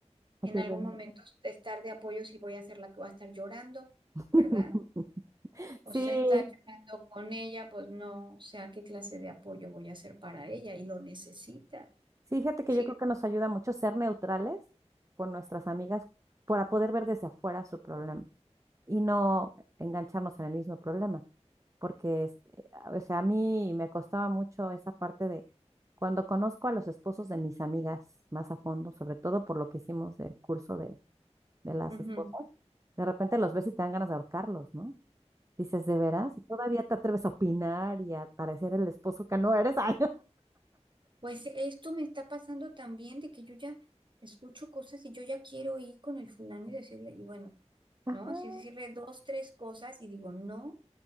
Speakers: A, on the right; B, on the right.
A: en
B: Ayuda.
A: algún momento estar de apoyo si voy a ser la que va a estar llorando,
B: <laughs>
A: ¿verdad? O sea, estar
B: Sí,
A: llorando con ella, pues no, o sea, ¿qué clase de apoyo voy a hacer para ella? Y lo necesita.
B: sí, fíjate que
A: Sí.
B: yo creo que nos ayuda mucho ser neutrales con nuestras amigas para poder ver desde afuera su problema y no engancharnos en el mismo problema, porque, este, o sea, a mí me costaba mucho esa parte de cuando conozco a los esposos de mis amigas más a fondo, sobre todo por lo que hicimos del curso de, de las
A: Ujú.
B: esposas, de repente los ves y te dan ganas de ahorcarlos, ¿no? Dices, ¿de veras? Y todavía te atreves a opinar y a parecer el esposo que no eres. <laughs> Ay,
A: Pues esto me está pasando también de que yo ya escucho cosas y yo ya quiero ir con el fulano y decirle, y bueno,
B: Ajá,
A: ¿no? Así decirle dos, tres cosas y digo, no,